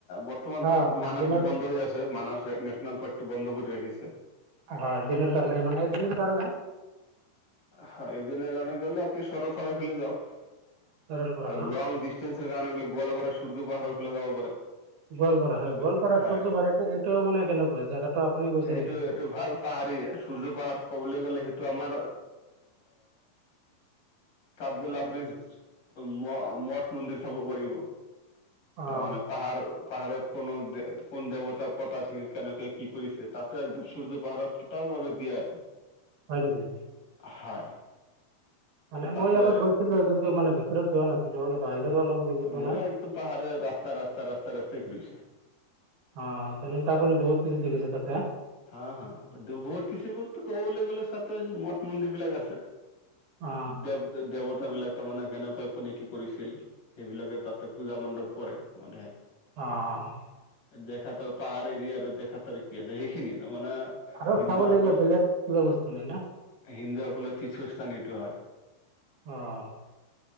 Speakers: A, on the left; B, on the right.
A: বৰ্তমানতো
B: হয় মানে
A: মানছটো
B: দিনৰ
A: বন্ধ হৈ আছে মানছ ন্যাশনাল পাৰ্কটো বন্ধ কৰি ৰাখিছে।
B: হয় দিনৰ কাৰনে মানে এদিনৰ কাৰনে?
A: হয় এদিনৰ কাৰণে গলে আপনি চহৰৰ ফালে লে যাওক,
B: চৰলপাৰা
A: আৰু
B: ন
A: লং ডিচটেন্সৰ কাৰণে গলে গোৱালপাৰা চূৰ্য পাহাৰ ফালে যাব পাৰে।
B: গোৱালপাৰা
A: সেইটো
B: হয় গোৱালপাৰ সূৰ্য
A: হয়।
B: পাহাৰত এইটো মানে কেনেকুৱা? জাগাটোত আপুনি গৈছে
A: এইটো
B: নেকি?
A: এইটো ভাল সূৰ্য পাহাৰত ক'বলৈ গ'লে সেইটো তৌ আমাৰ আ তাঁত গলে আপুনি ম মঠ মন্দিৰ চাব পাৰিব,
B: অ
A: তাৰমানে পাহাৰ পাহাৰত কোনো কোন দেৱতাৰ ক'ত আছিল, কনেকৈ কি কৰিছে তাতে একদম সূৰ্য পাহাৰত টোটাল ভাৱে দিয়া
B: হয় নেকি
A: হয়।
B: মানে
A: তাতে
B: মই এবাৰ গৈছিলো কিন্তু মানে ভিতৰত যোৱা নাছিলো মানে বাহিৰত অলপ দেখিছো মানে
A: মই একদম পাহাৰৰ ৰাস্তা ৰাস্তা ৰাস্তা ৰাস্তাই ঘূৰিছো।
B: অ তেনেহ'লেটো আপুনি বহুত <unintelligible> গৈছে তাতেই
A: হা হা বহুত কিছু বস্তু ক'বলৈ গ'লে তাতে মঠ মন্দিৰ বিলাক আছে।
B: অ
A: দেৱ দেৱতা বিলাক তাৰমানে কেনেকুৱা কোনে কি কৰিছিল। সেইবিলাকে তাতে পূজা মণ্ডপ কৰে মানেহে।
B: অঁহ।
A: দেখাতৰ পাহাৰ এৰিয়া আৰু দেখাতৰ কি আছে সেইখিনিয়ে ন। মানে
B: আৰু
A: হিন্দুসকল
B: চাবলগীয়া বেলেগ কিবা বস্তু নাই না
A: হিন্দুসকলৰ তীৰ্থস্থান এইটো হয়।
B: আহ।